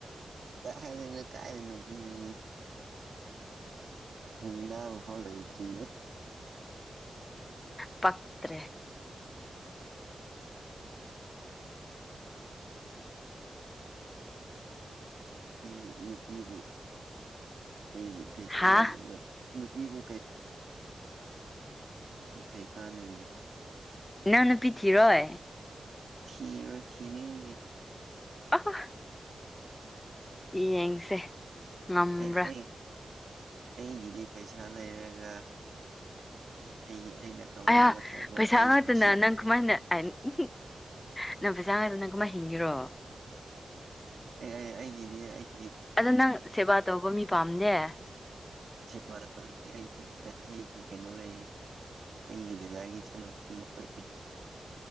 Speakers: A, on the right; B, on the left.
A: <unintelligible> ꯀꯥꯏꯗꯩ ꯅꯨꯄꯤꯅꯨꯅꯤ꯫ <unintelligible> ꯂꯩꯇ꯭ꯔꯤ
B: ꯄꯛ꯭ꯇꯔꯦ
A: ꯅꯨꯄꯤꯕꯨ ꯅꯨꯄꯤꯕꯨ ꯀꯩ ꯀꯩ
B: ꯍꯥ
A: ꯀꯥꯟꯗꯕꯗ ꯅꯨꯄꯤꯕꯨ ꯀꯩ ꯀꯥꯟ <unintelligible>
B: ꯅꯪ ꯅꯨꯄꯤ ꯊꯤꯔꯣꯢ
A: ꯊꯤꯔꯣꯏ ꯊꯤꯅꯤꯡꯗꯤ
B: ꯑꯍ ꯌꯦꯡꯁꯦ ꯉꯝꯕ꯭ꯔꯥ
A: ꯑꯦ ꯑꯩ ꯑꯩꯒꯤꯗꯤ ꯄꯩꯁꯥ ꯂꯩꯔꯒ ꯑꯩꯒꯤ ꯑꯩꯅ ꯇꯧꯅꯤꯡꯕ
B: ꯑꯌꯥ
A: ꯇꯧꯕ
B: ꯄꯩꯁꯥ
A: ꯑꯩ
B: ꯉꯥꯛꯇꯅ
A: ꯈꯨꯁꯤ
B: ꯅꯪ ꯀꯃꯥꯏꯅ <unintelligible> ꯀꯃꯥꯏ ꯍꯤꯡꯒꯦꯔꯣ
A: ꯑꯩ ꯑꯩ ꯑꯩꯒꯤꯗꯤ ꯑꯩ
B: ꯑꯗꯣ ꯅꯪ ꯁꯦꯕꯥ ꯇꯧꯕ ꯃꯤ ꯄꯥꯝꯗꯦ
A: <unintelligible> ꯀꯩꯅꯣ ꯂꯩꯌꯦ ꯍꯒꯗ ꯑꯗꯨ <unintelligible>